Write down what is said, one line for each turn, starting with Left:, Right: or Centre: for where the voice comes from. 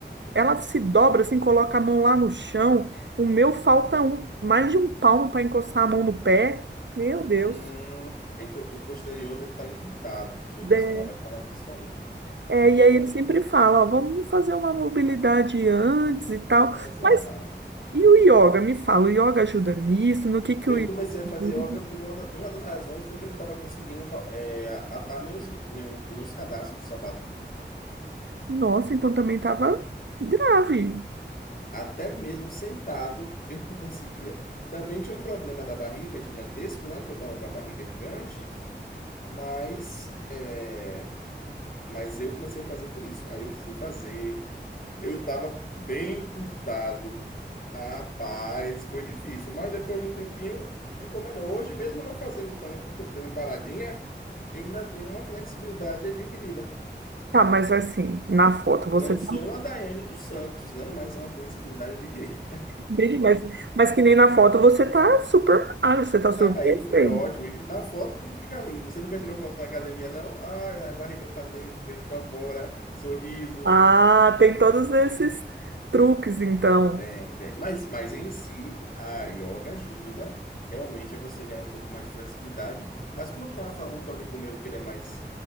Right: ela se dobra, assim, coloca a mão lá no chão. O meu falta um, mais de um palmo para encostar a mão no pé. Meu Deus.
Left: Hum, aí tu- o posterior deve estar encurtado. O seu personal
Right: É,
Left: vai falar disso aí.
Right: é,
Left: Encurtamento
Right: e aí ele sempre
Left: de posterior.
Right: fala, ó, vamos fazer uma mobilidade antes e tal.
Left: Exato.
Right: Mas e o yoga? Me fala, o yoga ajuda nisso? No que que
Left: Eu
Right: o yoga
Left: comecei a fazer
Right: ajuda?
Left: yoga por uma, da- uma das razões foi que eu não estava conseguindo cal- é, atar meus, meu- meus cadastros do sapato.
Right: Nossa, então também tava grave.
Left: Até mesmo sentado eu não <laughs> conseguia. Também tinha um problema da barriga gigantesco, né? Que eu estava com a barriga gigante, mas é, Mas eu comecei a fazer por isso. Aí eu fui fazer. Eu estava bem encurtado. Ah, Rapaz, foi difícil. Mas depois de um tempinho, ficou melhor. Hoje, mesmo não fazendo tanto, que eu dei uma paradinha, eu ainda tenho uma flexibilidade adquirida.
Right: Tá, mas assim, na foto você
Left: Não sou
Right: tá
Left: uma Daiane dos Santos, né? Mas é uma flexibilidade adquirida.
Right: Entendi, mas, mas que nem na foto você tá super magro, você tá super
Left: Aí foi
Right: bem.
Left: ótimo. E na foto tudo fica lindo. Você nunca tirou foto na academia, não? Ai, a barriga para dentro, peito para fora, sorriso.
Right: Ah, tem todos esses truques, então.
Left: Tem, tem. Mas, mas em si, a yoga ajuda realmente a você ganhar um pouco mais de flexibilidade. Mas como eu estava falando com um amigo meu que ele é mais,